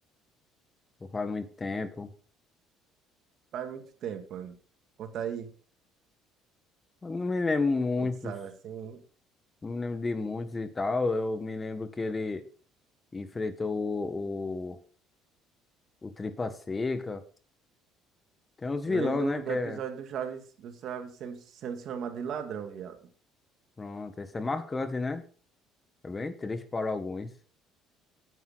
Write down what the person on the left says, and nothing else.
Ou Faz muito tempo.
Eu não me lembro muitos.
Não me lembro de muitos e tal. Eu me lembro que ele enfrentou o, o, o Tripa Seca. Tem uns vilão,
né?
Que
é.
Pronto, esse é marcante, né? É bem triste para alguns.